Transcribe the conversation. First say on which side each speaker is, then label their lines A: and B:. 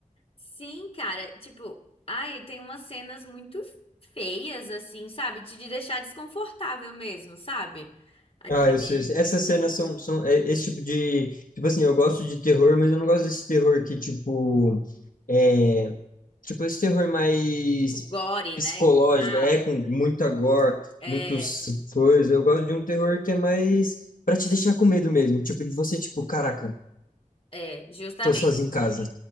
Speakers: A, on the left (about 45°); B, on the left (about 80°).
A: Sim, cara, tipo, ai, tem umas cenas muito feias assim, sabe? De, de deixar desconfortável mesmo, sabe? Aquele
B: Ah, eu sei. eu sei. Essas cenas são, são é, esse tipo de. Tipo assim, eu gosto de terror, mas eu não gosto desse terror que, tipo. é, Tipo, esse terror mais
A: tipo, gore,
B: psicológico,
A: né, que fala.
B: é com muita gore,
A: É,
B: muitos coisas. Eu gosto de um terror que é mais pra te deixar com medo mesmo. Tipo, de você, tipo, caraca,
A: é, justamente.
B: tô sozinho em casa.